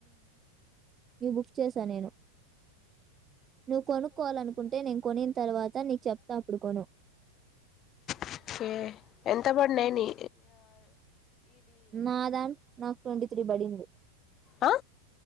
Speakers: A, on the right; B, on the left.
A: ఇవి బుక్ చేసా నేను నువ్వు కొనుక్కోవాలనుకుంటే నేను కొనిన తర్వాత నీకు చెప్తా అప్పుడు కొను
B: ఓకే ఎంత పడినాయని
A: మాదా నాకు ట్వంటీ త్రీ బడింది
B: ఆ